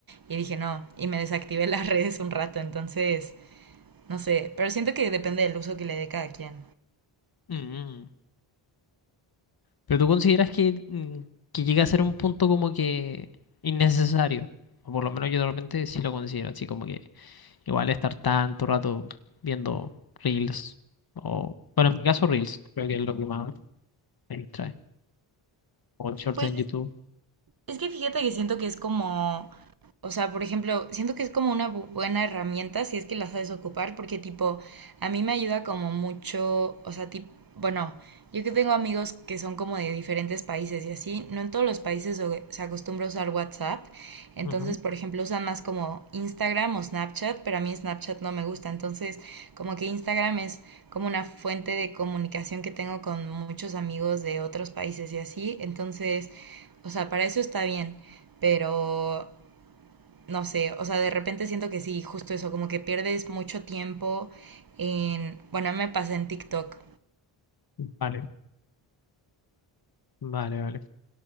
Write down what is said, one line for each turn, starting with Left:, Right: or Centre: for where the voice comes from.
Right: y dije, no, y me desactivé <laughs> las redes un rato, entonces, no sé, pero siento que depende del uso que le dé cada quien.
Left: Mm. Pero tú consideras que, mm, que llega a ser un punto como que innecesario. O por lo menos yo de repente sí lo considero así, como que igual estar tanto rato viendo Reels. O, bueno, en mi caso Reels, creo que es lo que más me distrae. O shorts
Right: Pues
Left: en
Right: es
Left: YouTube.
Right: Es que fíjate que siento que es como, o sea, por ejemplo, siento que es como una bu- buena herramienta si es que la sabes ocupar, porque tipo, a mí me ayuda como mucho, o sea, tipo, bueno, yo que tengo amigos que son como de diferentes países y así, no en todos los países o- se acostumbra a usar WhatsApp, entonces,
Left: Ujú.
Right: por ejemplo, usan más como Instagram o Snapchat, pero a mí Snapchat no me gusta, entonces, como que Instagram es como una fuente de comunicación que tengo con muchos amigos de otros países y así, entonces... O sea, para eso está bien, pero no sé, o sea, de repente siento que sí, justo eso, como que pierdes mucho tiempo en, bueno, a mí me pasa en TikTok.
Left: Vale, vale, vale.